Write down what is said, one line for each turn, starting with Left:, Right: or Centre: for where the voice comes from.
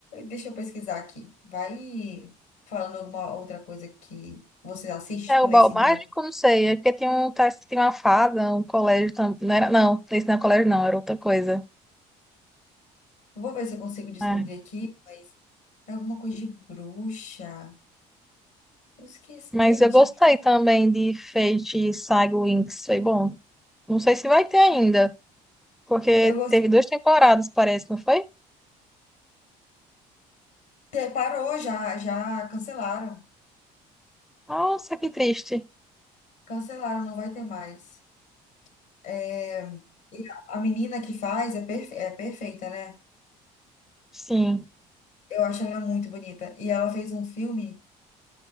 Left: Deixa eu pesquisar aqui. Vai falando alguma outra coisa que você assiste,
Centre: É
Left: tipo,
Centre: o
Left: nesse
Centre: Bal Mágico?
Left: nível.
Centre: Não sei. É porque tem um, tá, tem uma fada, um colégio também. Não era, não, esse não é colégio, não, era outra coisa.
Left: Vou ver se eu consigo descobrir
Centre: É.
Left: aqui, mas é alguma coisa de bruxa. Eu esqueci.
Centre: Mas
Left: Gente,
Centre: eu gostei também de Fate e Saga Winx, foi bom. Não sei se vai ter ainda, porque
Left: eu gostei.
Centre: teve duas temporadas, parece, não foi?
Left: Parou já, já cancelaram.
Centre: Nossa, que triste.
Left: Cancelaram, não vai ter mais. É, e a a menina que faz é, perfe- é perfeita, né?
Centre: Sim.
Left: Eu acho ela muito bonita. E ela fez um filme,